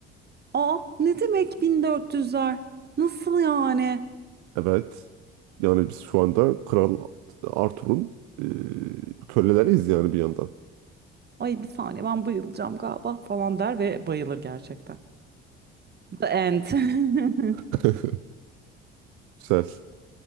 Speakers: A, on the right (about 30°); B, on the right (about 55°).
A: Aa ne demek 1400'ler nasıl yani
B: Evet yani biz şu anda Kral Arthur'un e, köleleriyiz yani bir yandan.
A: ay bir saniye ben bayılacağım galiba falan der ve bayılır gerçekten. The end.
B: <laughs>
A: <laughs>
B: Güzel,